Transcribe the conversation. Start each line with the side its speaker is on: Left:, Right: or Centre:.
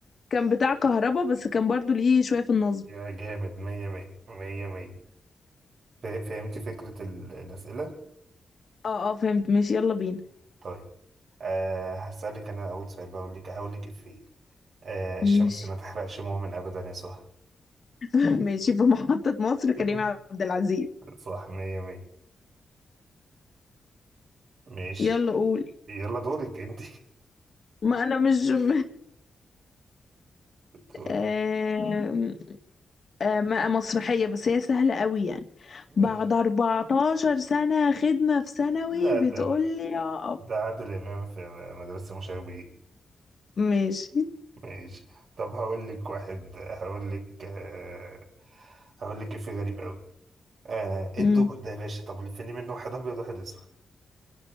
Left: كان بتاع كهربا بس كان برضو ليه شوية في النصب
Right: يا جامد مية مية مية مية فا- فهمت فكرة ال- الأسئلة؟
Left: اه اه فهمت ماشي يلا بينا
Right: طيب أه هسألك أنا أول سؤال بقول لك هقول لك إفيه أه الشمس
Left: ماشي
Right: ما تحرقش مؤمن أبدا يا سهى
Left: <laughs> ماشي في محطة مصر
Right: <laughs>
Left: كريم عبد العزيز
Right: صح مية مية ماشي
Left: يلا قول
Right: يلا دورك أنت
Left: ما انا مش <laughs>
Right: <laughs> دورك
Left: آه... آه، م- مسرحية بس هي سهلة قوي يعني
Right: ماشي
Left: بعد 14 سنة خدمة في ثانوي
Right: لا
Left: بتقول
Right: ده ده
Left: لي يا أب-
Right: ده عادل إمام في مدرسة مشاغبين
Left: ماشي
Right: ماشي طب هقول لك واحد هقول لك آه هقول لك في غريب قوي آه ايه
Left: امم
Right: الدوبر ده يا باشا طب لف لي منه واحد ابيض واحد اسود